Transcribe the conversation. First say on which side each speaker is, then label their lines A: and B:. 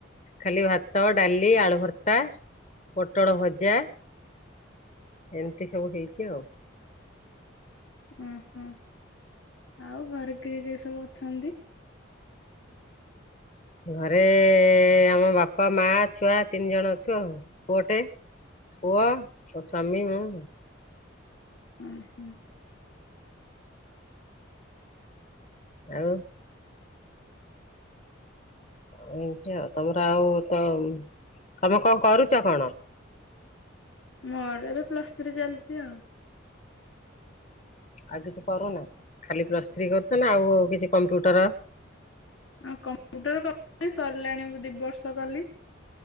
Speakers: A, on the left; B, on the left.
A: ଖାଲି ଭାତ ଡାଲି ଆଳୁ ଭର୍ତ୍ତା ପୋଟଳ ଭଜା ଏମିତି ସବୁ ହେଇଛି ଆଉ।
B: ଉଁ ହୁଁ ଆଉ ଘରେ କିଏ କିଏ ସବୁ ଅଛନ୍ତି?
A: ଘରେ ଆମ ବାପା, ମା ଛୁଆ ତିନି ଜଣ ଅଛୁ ଆଉ। ପୁଅଟେ ପୁଅ ମୋ ସ୍ଵାମୀ, ମୁଁ।
B: ଉଁ ହୁଁ
A: ଆଉ। ଆଉ ଏମତି ଆଉ ତମର ଆଉ ତ ତମେ କଣ କରୁଛ କଣ?
B: ମୋର ଏବେ ପ୍ଲସ୍ ଥ୍ରୀ ଚାଲିଛି ଆଉ।
A: ଆଉ କିଛି କରୁନା ଖାଲି ପ୍ଲସ୍ ଥ୍ରୀ କରୁଛ ନା ଆଉ କିଛି କମ୍ପ୍ୟୁଟର
B: ଆ କମ୍ପ୍ୟୁଟର କ ସରିଲାଣି ଦି ବର୍ଷ କଲି